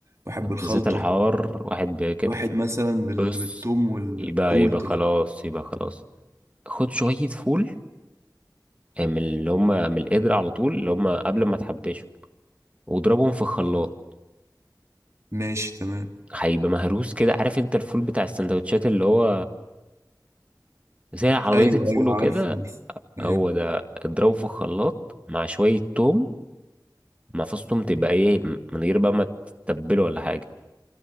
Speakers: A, on the right; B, on the right.
A: واحد
B: واحد
A: بالخلطة
B: بالزيت الحار واحد بكده
A: واحد مثلا بال...
B: بص
A: بالثوم وال
B: يبقى
A: قول
B: يبقى
A: طيب
B: خلاص يبقى خلاص خد شوية فول من اللي هما من القدر على طول اللي هما قبل ما تحبشهم واضربهم في خلاط
A: ماشي تمام
B: هيبقى مهروس كده عارف انت الفول بتاع السندوتشات اللي هو زي عربيات
A: ايوه
B: الفول
A: ايوه
B: وكده
A: عارف عارف ايوه
B: هو ده اضربه في الخلاط مع شوية توم مع فص توم تبقى ايه من غير بقى ما تتبله ولا حاجة